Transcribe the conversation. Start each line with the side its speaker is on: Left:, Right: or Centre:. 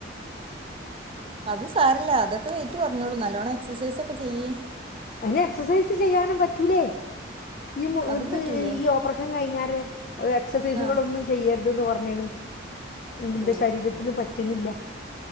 Right: അത് സാരല്ല അതൊക്കെ വെയിറ്റ് കൊറഞ്ഞോളും നല്ലോണം എക്സസൈസ് ഒക്കെ ചെയ്യ്.
Left: അയിന് എക്സസൈസ് ചെയ്യാനും പറ്റൂലേ? ഈ
Right: അതും
Left: ഇത്
Right: പറ്റൂലേ
Left: ഈ ഓപ്പറേഷൻ കഴിഞ്ഞാരെ എക്സസൈസുകൾ
Right: ആഹ്
Left: ഒന്നും ചെയ്യരു രുതന്ന് പറഞ്ഞാണ്. ന്റെ
Right: ഓ
Left: ശരീരത്തിന് പറ്റ്ണില്ല.